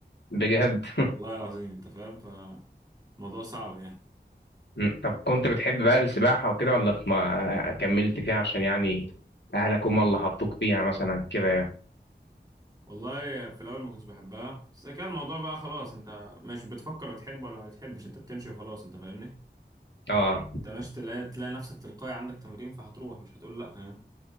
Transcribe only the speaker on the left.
بجد
م. طب كنت بتحب بقى السباحة وكده ولا ما كملت فيها عشان يعني أهلك هم اللي حطوك فيها مثلا كده يعني
اه